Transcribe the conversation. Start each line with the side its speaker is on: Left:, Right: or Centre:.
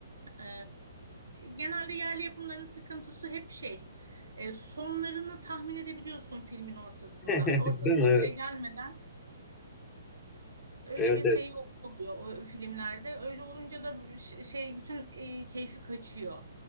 Right: e, genelde yerli yapımların sıkıntısı hep şey e, sonlarını tahmin edebiliyorsun filmin ortasında.
Left: <laughs> Değil
Right: Ortasına
Left: mi? Evet.
Right: bile gelmeden Öyle
Left: Evet
Right: bir
Left: evet.
Right: şey oluyor o filmlerde. Öyle olunca da ş- şey bütün e, keyfi kaçıyor.